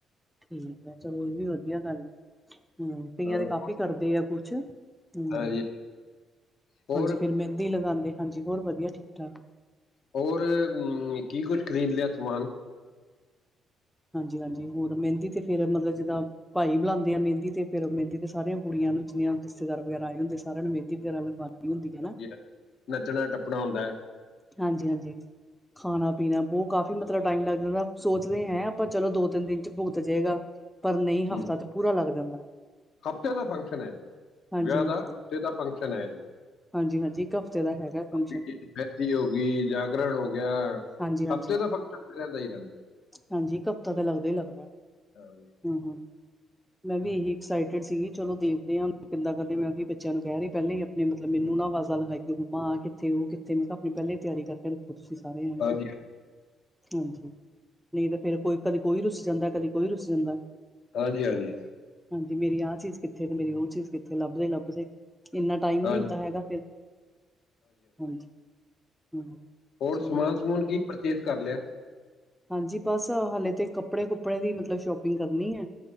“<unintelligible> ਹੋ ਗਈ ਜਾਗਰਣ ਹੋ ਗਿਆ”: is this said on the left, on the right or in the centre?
Left